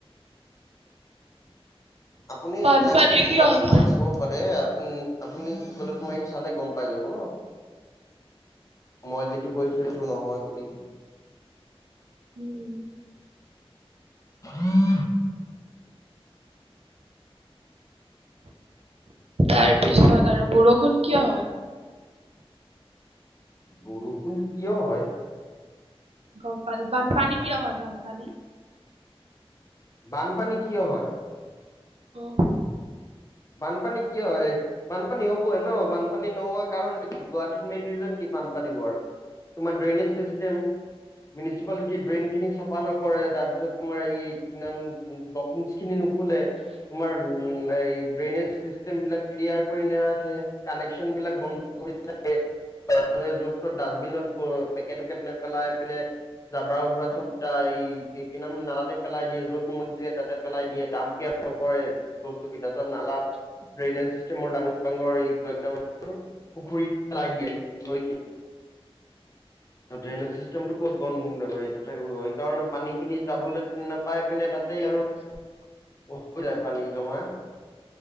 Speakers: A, on the left (about 30°); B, on the right (about 75°).
A: আপুনি
B: বানপানী
A: লাগিলে গুগলত
B: কিয় হয়
A: মাৰি চাব আপুনি আপুনি গুগলত মাৰি চালে গম পাই যাব ন। মই যিটো কৈছো সেইটো নহয় বুলি।
B: উম।
A: উম।
B: তাৰপিছত আৰু বৰষুণ কিয় হয়?
A: বৰষুণ কিয় হয়?
B: গম বানপানী হয় বানপানী?
A: বানপানী কিয় হয়?
B: অ,
A: বানপানী কিয় হয়? বানপানী হ'বই ন বানপানী নোহোৱা কাৰণটো কি গুৱাহাটীত মেইন ৰিজন কি বানপানী হোৱাৰ তোমাৰ ড্ৰেইনেজ চিষ্টেম মিউনিচিপালিটি ড্ৰেইন খিনি চাফা নকৰে তাৰ পিছত তোমাৰ এই কি নাম? খিনি নুখোলে তোমাৰ উম এই ড্ৰেইনেজ চিষ্টেম বিলাক ক্লিয়াৰ কৰি নাৰাখে কানেকচন বিলাক বন্ধ কৰি থাকে। য'ত ত'ত ডাষ্টবিনত পেকেট টকেট নে পেলাই পিনে জাবৰা উবৰা চব ত এই কি কি নাম নালাতে পেলাই দিয়ে য'ত মন যায় তাতে পেলাই দিয়ে দামপিয়া। বস্তু কেইটা চব নালাত ড্ৰেইনেজ চিষ্টেমৰ ডাঙৰ ডাঙৰ পুখুৰী চলাই দিয়ে নৈ কি? ত ড্ৰেইনেজ চিষ্টেমটো ক'ত বন্ধ এইটো সেইকাৰণে পানীখিনি যাবলৈ নাপাই পিনে তাতেই আৰু
B: <unintelligible>
A: বহুত হৈ যায় পানী জমা।